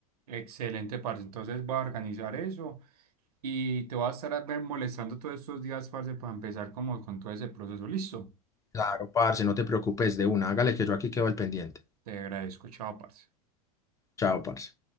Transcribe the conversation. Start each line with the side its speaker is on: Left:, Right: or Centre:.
Right: Excelente, parce. Entonces voy a organizar eso. Y te voy a estar a ver molestando todos estos días, parce, para empezar como con todo ese proceso. Listo.
Left: Claro, parce, no te preocupes de una, hágale que yo aquí quedo al pendiente.
Right: Te agradezco. Chao, parce.
Left: Chao, parce.